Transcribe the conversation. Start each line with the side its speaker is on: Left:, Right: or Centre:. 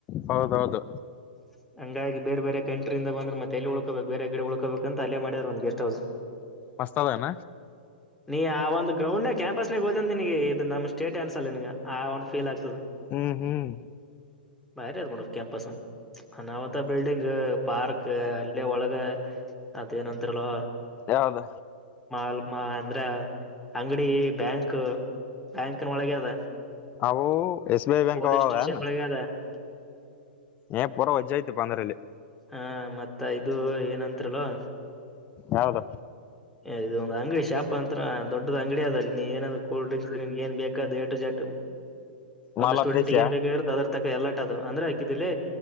Left: ಹೌದೌದು.
Centre: <unintelligible> ಹಂಗಾಗಿ ಬೇರ್ ಬೇರೆ ಕಂಟ್ರಿಯಿಂದ ಬಂದ್ರ ಮತ್ತ ಎಲ್ಲಿ ಉಳ್ಕೊಬೇಕ್ ಬೇರೆ ಕಡೆ ಉಳ್ಕೊಬೇಕಂತ ಅಲ್ಲೇ ಮಾಡ್ಯಾರ ಒಂದ ಗೆಸ್ಟ್ ಹೌಸ್.
Left: ಮಸ್ತದಾನ.
Centre: ನೀ ಆ ಒಂದ ಗ್ರೌಂಡ್ನ್ಯಾಗ್ ಕ್ಯಾಂಪಸ್ನಾಗ ಹೋದಂದೆ ನಿನಗೆ ಇದ ನಮ್ ಸ್ಟೇಟೆ ಅನ್ಸಲ್ ನಿನಗ. ಆ ಒಂದ ಫೀಲ್ ಆಗ್ತದ
Left: ಹ್ಮ್ ಹ್ಮ್
Centre: ಬಾರಿ ಅದ ಬಿಡು ಕ್ಯಾಂಪಸನು. ಅನಾಹುತ ಬಿಲ್ಡಿಂಗ್ ಪಾರ್ಕ್ ಅಲ್ಲೇ ಒಳಗ ಅದ ಏನಂತಾರಲೊ.
Left: ಯಾವ್ದ.
Centre: ಮಾಲ್ ಮಾ ಅಂದ್ರ ಅಂಗಡಿ ಬ್ಯಾಂಕ್ ಬ್ಯಾಂಕ್ನ ಒಳಗೆ ಅದ.
Left: ಅವು ಎಸಬಿಐ
Centre: ಪೊಲೀಸ್
Left: ಅವವೇನ.
Centre: <unintelligible>
Left: ಏ ಪೂರಾ ವಜ್ಜಿ ಆಯ್ತಿ ಬಂದ್ರಿಲ್ಲಿ.
Centre: ಹಾ ಮತ್ತ ಇದು ಏನಂತಾರಲೋ.
Left: ಯಾವ್ದ.
Centre: ಇದು ಒಂದ ಅಂಗಡಿ ಶಾಪ ಅಂತ್ರ ದೊಡ್ಡದ ಅಂಗಡಿ ಅದ ಅಲ್ಲಿ ನೀ ಏನಂದ್ರ ಕೂಲ್ ಡ್ರಿಂಕ್ಸ್ ನಿನಗ್ ಏನ್ ಬೇಕ ದ ಏ ಟು ಜೆಡ್ ಒಂದು
Left: ಮಾಲಾ
Centre: ಸ್ಟೂಡೆಂಟ್ಗ
Left: ಪೇಶಿಯ
Centre: ಏನ್ ಬೇಕಾಗಿರುತೊ ಅದ ತಕ್ಕ ಎಲ್ಲಾಟ ಅದವು ಅಂದ್ರ ಆಕಿದಲ್ಲಿ